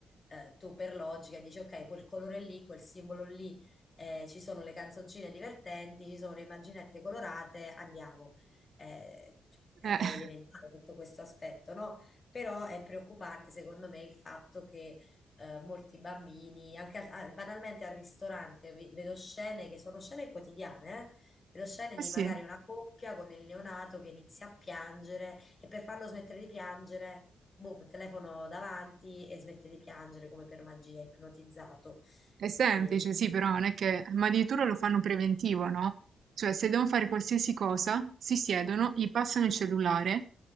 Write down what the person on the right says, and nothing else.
Eh,
<laughs>
eh
sì.
È semplice,
sì, però non è che... Ma addirittura lo fanno preventivo, no? Cioè, se devono fare qualsiasi cosa, si siedono, gli passano il cellulare.